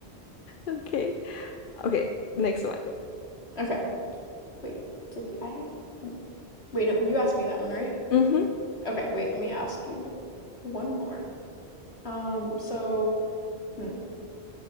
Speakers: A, on the left (about 55°); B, on the left (about 70°).
A: Okay. Okay, next one.
B: Okay. Wait. Did I? n- Wait, no, you asked me that one, right?
A: hmm
B: Okay, wait, let me ask you one more. Um, so, hmm.